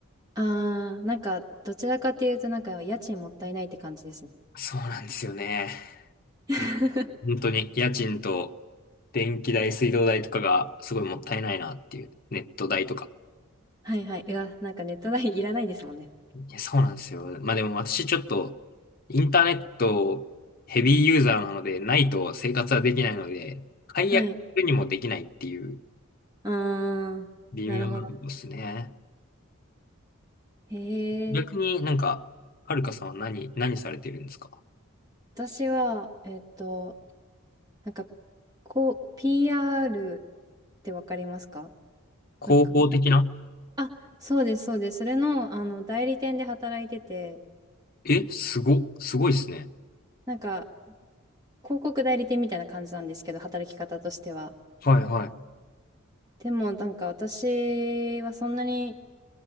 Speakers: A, on the right (about 15°); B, on the left (about 40°).
A: あー、なんかどちらかっていうとなんか家賃もったいないって感じですね。
B: そうなんですよね。
A: <laughs>
B: うん、本当に家賃と電気代、水道代とかがすごいもったいないなっていう、ネット代とか。
A: はいはい。うわ、なんかネット代いらないですもんね。
B: いや、そうなんですよ。まあでも私ちょっと、インターネットヘビーユーザーなので、ないと生活はできないので、解約にもできないっていう
A: はい。あー、
B: 微妙なとこですね。
A: なるほど。へえ。
B: 逆になんか、はるかさんは何、何されてるんですか
A: 私は、えっと、なんか、こう、PR ってわかりますか
B: 広報的な
A: なんかこう、あ、そうです、そうです。それの、あの、代理店で働いてて、
B: え、すご、すごいですね。
A: なんか、広告代理店みたいな感じなんですけど、働き方としては。
B: はいはい。
A: でも、なんか私はそんなに、